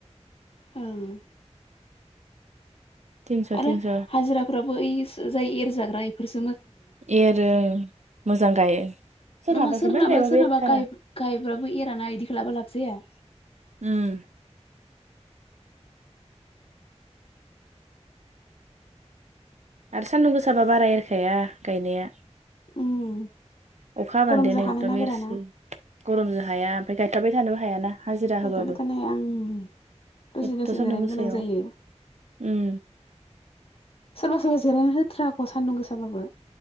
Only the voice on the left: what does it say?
औ
आरो
हाजिराफ्राबो जाय एरजाग्रा इफोर
नंङाहा सोरनाबा
सोरनाबा
गायबाबो एराना इदिखो लामबा लाब जाया।
उम
गरमजों
हानो नागिराना
गायथाब'बाय
थानो हाया आंङो दसे
दसे
जिरायनो
गोनां जायो।
सोरबा सोरबा जिरायनो होथाराआख' सान्दुं गोसाबाबो